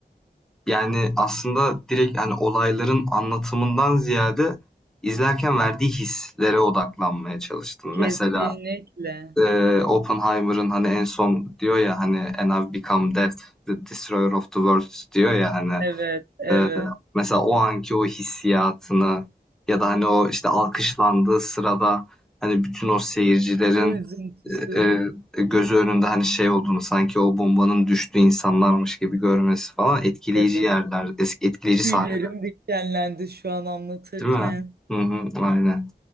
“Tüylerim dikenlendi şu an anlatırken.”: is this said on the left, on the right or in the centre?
Right